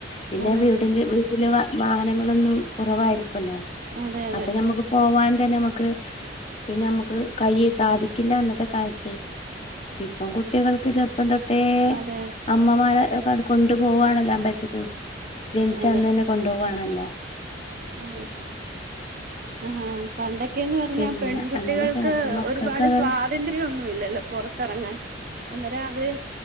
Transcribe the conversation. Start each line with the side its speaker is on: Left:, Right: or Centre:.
Left: പിന്നെ
Right: അതെ
Left: വീടിന്റെ <unintelligible> വാഹനങ്ങളൊന്നും കുറവായിരിക്കും. <unintelligible>
Right: അതെ അതെ
Left: അപ്പൊ നമുക്ക് പോവാൻ തെ നമ്മക്ക് പിന്നെ നമുക്ക് കൈയ്യി സാധിക്കിന്ന അന്നത്തെ കാലത്ത് ഇപ്പം കുട്ടികൾക്ക് ചെറുപ്പം തൊ ട്ടേ
Right: അതെ അതെ
Left: അമ്മമാര് കൊണ്ടു പോവാണല്ലോ അമ്പലത്തേക്ക് ജനിച്ച
Right: അതെ
Left: അന്ന് തന്നെ കൊണ്ടു പോകുവാണെന്ന് <unintelligible>
Right: അതെ ആ പണ്ടൊക്കേന്ന് പറഞ്ഞാ
Left: പിന്നെ
Right: പെൺകുട്ടികൾക്ക്
Left: അങ്ങനെയൊക്കെയാണ് അപ്പൊ മക്കൾക്കത്
Right: ഒരുപാട് സ്വാതന്ത്ര്യം ഒന്നും ഇല്ലല്ലോ പുറത്തിറങ്ങാൻ അന്നേരം അവര്